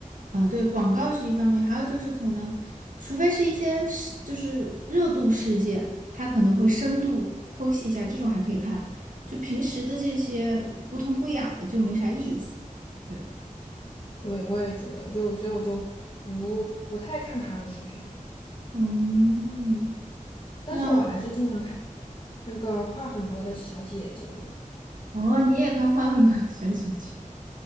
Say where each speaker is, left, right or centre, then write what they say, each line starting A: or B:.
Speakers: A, on the right; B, on the left.
A: 啊、对，广告是一方面，还有就是可能，除非是一些事就是热度事件，他可能会深度剖析一下，这种还可以看，就平时的这些不痛不痒的就没啥意思，对，
B: 对，我也觉得，就所以我就不不太看他的视频了，
A: 嗯，
B: 但是我还是经常看
A: 那
B: 那个话很多的小姐姐们，
A: 哦，你也看《花很短的小姐姐》